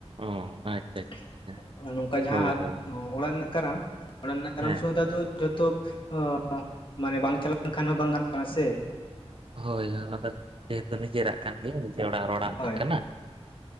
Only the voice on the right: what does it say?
ᱚ ᱟᱪᱪᱷᱟ ᱟᱪᱪᱷᱟ
ᱟᱪᱪᱷᱟ
ᱦᱳᱭ ᱦᱳᱭ
ᱦᱮᱸ
ᱦᱳᱭ ᱦᱳᱭ ᱟᱫᱚ ᱡᱮᱦᱮᱛᱩ ᱱᱤᱡᱮᱨᱟᱜ ᱠᱟᱱ ᱜᱮᱭᱟ ᱱᱤᱡᱮᱨ ᱚᱲᱟᱜ ᱨᱚᱲᱟᱜ ᱨᱮᱱᱟᱜ
ᱠᱟᱱᱟ᱾